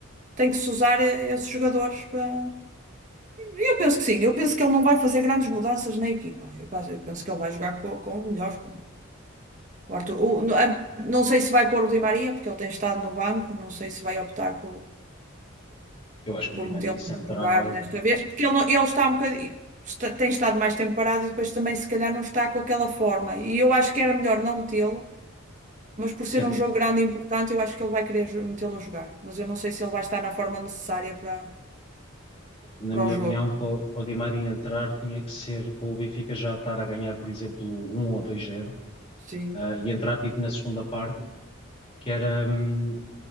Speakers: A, on the right (about 35°); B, on the left (about 30°).
A: tem que se usar e- esses jogadores para. E Eu penso que sim, eu penso que ele não vai fazer grandes mudanças na equipa. Eu penso, eu penso que ele vai jogar co- com, os melhores, com o Arthur. O- no- a- não sei se vai pôr o Di Maria, porque ele tem estado no banco, não sei se vai optar por,
B: Eu acho que o
A: por
B: Di Maria
A: metê-lo
B: se
A: a
B: entrar
A: jogar
B: vai.
A: nesta vez, porque ele, não- ele está um bocadinho. está- tem estado mais tempo parado e depois também, se calhar, não está com aquela forma. E eu acho que era melhor não metê-lo, mas por ser
B: Sim,
A: um jogo grande e importante, eu acho que ele vai querer jo- metê-lo a jogar. Mas eu não sei se ele vai estar na forma necessária para,
B: na
A: para
B: minha
A: o jogo.
B: opinião, para, o para o Di Maria entrar tinha que ser com o Benfica já estar a ganhar, por exemplo, um ou dois zero
A: Sim.
B: ah, e entrar tipo na segunda parte, que era, hum,